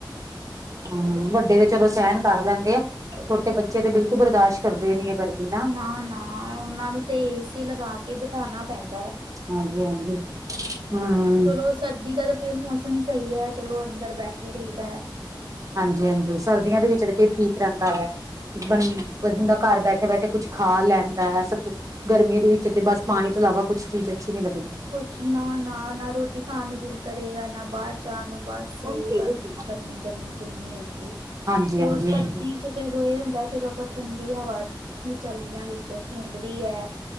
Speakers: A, on the right; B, on the right.
A: ਹੂੰ, ਵੱਡੇ ਤੇ ਚਲੋ ਸਹਿਣ ਕਰ ਲੈਂਦੇ ਆ। ਛੋਟੇ ਬੱਚੇ ਤੇ ਬਿਲਕੁਲ ਬਰਦਾਸ਼ਤ ਕਰਦੇ ਨੀ ਹੈ ਗਰਮੀ ਨਾ
B: ਨਾ-ਨਾ ਉਹਨਾਂ ਨੂੰ ਤੇ ਏਸੀ ਲਗਾ ਕੇ ਬਿਠਾਣਾ ਪੈਂਦਾ ਏ,
A: ਹਾਂਜੀ-ਹਾਂਜੀ ਹਮ
B: ਚਲੋ ਸ ਸਰਦੀ ਦਾ ਤਾਂ ਫਿਰ ਮੌਸਮ ਸਹੀ ਐ, ਚਲੋ ਅੰਦਰ ਬੈਠੇ ਰਹੀਦਾ।
A: ਹਾਂਜੀ-ਹਾਂਜੀ ਸਰਦੀਆਂ ਦੇ ਵਿੱਚ ਤਾਂ ਫਿਰ ਠੀਕ ਰਹਿੰਦਾ ਵੇ ਬੰ ਬੰਦਾ ਘਰ ਬੈਠੇ-ਬੈਠੇ ਕੁਛ ਖਾ ਲੈਂਣਦਾ ਐ ਸਭ ਕ, ਗਰਮੀ ਦੇ ਵਿੱਚ ਤੇ ਬਸ ਪਾਣੀ ਤੋਂ ਇਲਾਵਾ ਕੁਛ ਚੀਜ਼ ਅੱਛੀ ਨੀ ਲੱਗਦੀ।
B: ਕੁਛ ਨਾ-ਨਾ, ਨਾ ਰੋਟੀ ਖਾਣ ਨੂੰ ਦਿਲ ਕਰੇਗਾ, ਨਾ ਬਾਰ ਜਾਣ ਨੂੰ ਬਸ।
A: ਲੱਗਦੀ
B: ਵੀ ਬਸ ਗਰਮੀ-ਗਰਮੀ-ਗਰਮੀ ਕਿੰਨੇ ਹੋਈ ਪਈ
A: ਹਾਂਜੀ
B: ਚਲੋ
A: ਹਾਂਜੀ
B: ਸਰਦੀ
A: ਹਾਂਜੀ
B: ਚ- ਚਲੋ ਏ ਹੁੰਦਾ ਚਲੋ ਆਪਾਂ ਠੰਡੀ ਹਵਾ ਵੀ ਚਲਦੀਆਂ ਵਿੱਚ ਧੁੰਦ ਵੀ ਐ।